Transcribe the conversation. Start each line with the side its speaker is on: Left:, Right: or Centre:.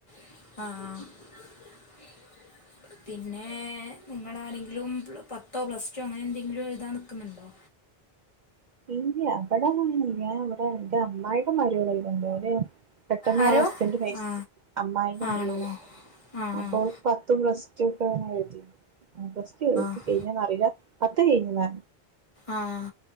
Left: ആഹ പിന്നെ നിങ്ങള ആരെങ്കിലും പത്തോ പ്ലസ്ടു അങ്ങനെ എന്തെങ്കിലും എഴുതാൻ നിക്കുന്നുണ്ടോ
Right: ഇല്ല ഇവിടൊന്നും അങ്ങനെയില്ല ഇവിടെ എന്റെ അമ്മായിയുടെ മരുമോള് എഴുതുന്നുണ്ട് അവര് പെട്ടെന്നോളെ
Left: ആരോ
Right: ഹസ്ബൻഡ് മരിച്ച്
Left: ആ
Right: അമ്മായിന്റെ മരുമോള്
Left: ആണോ ആ
Right: അപ്പോ പത്തും പ്ലസ് ടു ഒക്കെങ്ങനെ എഴുതി പ്ലസ് ടു എഴുതി
Left: ആ
Right: കഴിഞ്ഞാന്നറിയില്ല പത്ത് കഴിഞ്ഞിങ്ങ
Left: ആഹ